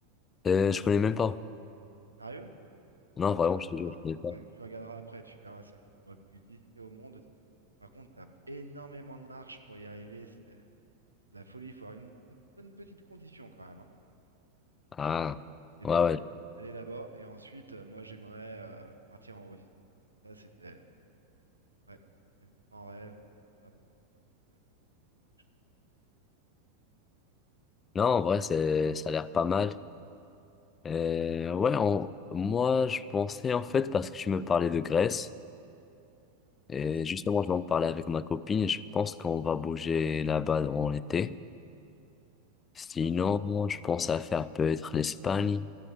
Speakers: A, on the left; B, on the right.
A: Euh, je connais même pas.
B: Sérieux?
A: Non,
B: Ah ben,
A: vraiment, je te jure, je connais pas.
B: ouais, tu regarderas après, tu verras, c'est un des endroits les plus visités au monde aussi. Par contre, t'as énormément de marches pour y arriver, c'est de la folie, il faut avoir une, une bonne petite condition quand même. hein.
A: Ah.
B: Et donc,
A: Ouais, ouais.
B: aller aller là-bas, et ensuite, euh, moi j'aimerais euh, partir en Russie. Ça, c'était, ouais, c'est mon grand rêve, mais bon, là, pour l'instant, ça va être, je crois,
A: Non, en vrai, c'est, ça a l'air pas mal. Euh, ouais, en- moi je pensais en fait parce que tu me parlais de Grèce et
B: ah, mais c'est
A: justement je vais en parler avec ma copine et je pense qu'on va bouger là-bas en été. Sinon,
B: ça.
A: moi, je pense à faire peut-être l'Espagne,